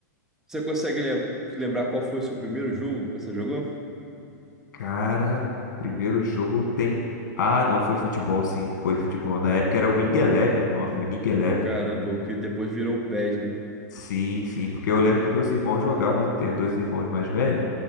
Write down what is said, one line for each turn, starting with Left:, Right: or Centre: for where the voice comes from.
Centre: Você consegue lem- lembrar qual foi o seu primeiro jogo que você jogou?
Left: Cara, primeiro jogo tem. Ah, não, foi futebol, sim, foi futebol. Na época era Wing Eleven o nome, Wing Eleven.
Centre: Caramba, o que depois virou o PES, né?
Left: Sim, sim, porque eu lembro que meus irmãos jogavam, tenho dois irmãos mais velhos,